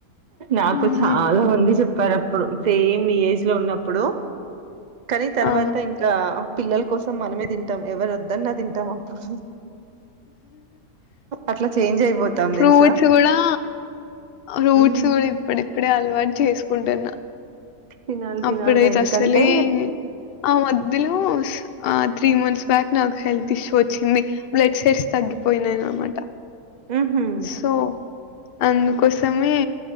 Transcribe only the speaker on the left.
హ్మ్.
ఆ!
ఫ్రూచ్
కూడా ఫ్రూట్స్
కూడా ఇప్పుడిప్పుడే అలవాటు చేసుకుంటున్నా
అప్పుడైతే
అసలే ఆ మధ్యలో ఆ త్రీ మంత్స్ బ్యాక్ నాకు హెల్త్ ఇష్యూ వచ్చింది బ్లడ్ షెర్స్ తగ్గిపోయినాయిన అనమాట
సో అందుకోసమే